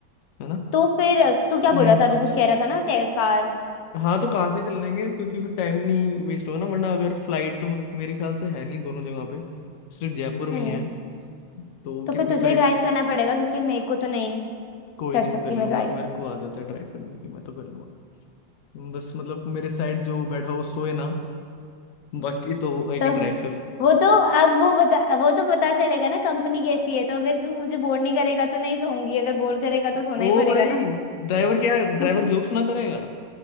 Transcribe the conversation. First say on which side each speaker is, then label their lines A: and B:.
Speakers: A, on the left; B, on the left.
A: है ना
B: तो फिर तू क्या
A: हम्म
B: बोल रहा था अभी कुछ कह रहा था ना ते- कार
A: हाँ तो कहाँ से चल लेंगे क्योंकि फिर टाइम नहीं वेस्ट होगा ना वरना अगर फ्लाइट तो मे- मेरे ख्याल से है नहीं दोनों जगह पे सिर्फ जयपुर में
B: हम्म
A: ही है तो
B: तो फिर
A: कितनी
B: तुझे
A: फ्लाइट
B: ही ड्राइव करना पड़ेगा क्योंकि मेरे को तो नहीं
A: कोई
B: कर
A: नहीं
B: सकती
A: मैं कर लूंगा
B: मैं ड्राइव
A: मेरे को आदत है ट्राई करने की मैं तो कर लूंगा बस मतलब मेरे साइड जो बैठा हो सोए ना बाकी तो आई
B: तो
A: कैन ड्राइव फिर
B: वो तो अब वो बता वो तो पता चलेगा ना कंपनी कैसी है तो अगर तू मुझे बोर नहीं करेगा तो नहीं सोऊंगी अगर बोर करेगा तो सोना
A: ओ
B: ही पड़ेगा
A: भाई
B: ना
A: ड्राइवर क्या ड्राइवर
B: <laughs>
A: जोक सुनाता रहेगा